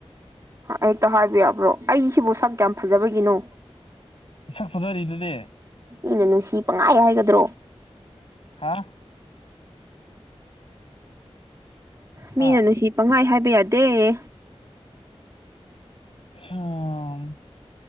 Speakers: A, on the right; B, on the left.
A: ꯍꯦꯛꯇ ꯍꯥꯏꯕ ꯌꯥꯕ꯭ꯔꯣ ꯑꯩꯁꯤꯕꯨ ꯁꯛ ꯀꯌꯥꯝ ꯐꯖꯕꯒꯤꯅꯣ
B: ꯅꯁꯛ ꯐꯖꯔꯤꯗꯨꯗꯤ
A: ꯃꯤꯅ ꯅꯨꯡꯁꯤ ꯄꯪꯍꯥꯏ ꯍꯥꯏꯒꯗ꯭ꯔꯣ
B: ꯍꯥ ꯍꯥ
A: ꯃꯤꯅ ꯅꯨꯡꯁꯤ ꯄꯪꯍꯥꯏ ꯍꯥꯏꯕ ꯌꯥꯗꯦ <inaudible>
B: <unintelligible>